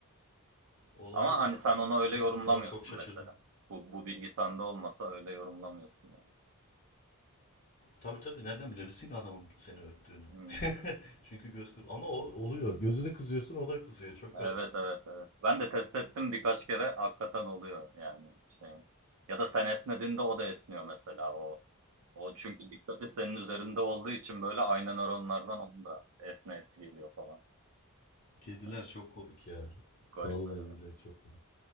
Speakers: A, on the left; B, on the right.
A: Olaya
B: Ama hani
A: bak
B: sen
A: ya.
B: onu öyle yorumlamıyorsun
A: Abi şu an çok şaşırdım.
B: mesela. Bu, bu bilgi sende olmasa öyle yorumlamıyorsun yani.
A: Tabii tabii nereden bilebilirsin ki adamın seni öptüğünü?
B: Hmm.
A: <laughs> Çünkü göz kır- ama o oluyor. Gözünü kızıyorsun o da kızıyor. Çok
B: Evet
A: garip.
B: evet evet. Ben de test ettim birkaç kere hakikaten oluyor yani şey. Ya da sen esnediğinde o da esniyor mesela o. O çünkü dikkati senin üzerinde olduğu için böyle aynı nöronlardan onun da esneyesi geliyor falan.
A: Kediler
B: Böyle
A: çok komik ya.
B: garip
A: Vallahi
B: böyle.
A: billahi çok komik.